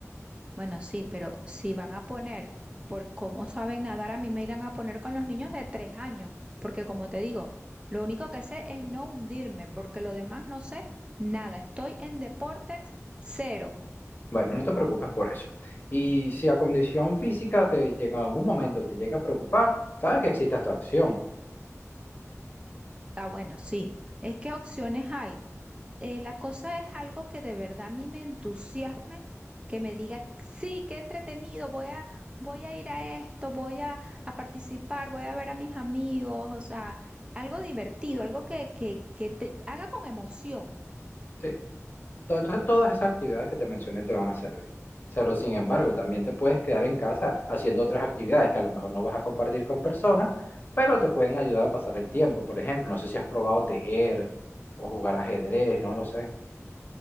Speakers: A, on the right (about 20°); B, on the left (about 40°).
A: Bueno, sí, pero si van a poner por cómo saben nadar, a mí me irán a poner con los niños de tres años, porque como te digo, lo único que sé es no hundirme, porque lo demás no sé nada. Estoy en deportes cero.
B: Bueno, no te preocupes por eso. Y si a condición física te llega en algún momento, te llega a preocupar, sabes que existe esta opción.
A: Ah, bueno, sí. Es que opciones hay. Eh, la cosa es algo que de verdad a mí me entusiasme, que me diga, sí, qué entretenido, voy a, voy a ir a esto, voy a, a participar, voy a ver a mis amigos, o sea, algo divertido, algo que, que, que te haga con emoción.
B: Sí, To- Entonces todas esas actividades que te mencioné te van a servir. Pero sin embargo, también te puedes quedar en casa haciendo otras actividades que a lo mejor no vas a compartir con personas, pero te pueden ayudar a pasar el tiempo. Por ejemplo, no sé si has probado tejer o jugar ajedrez, no lo sé.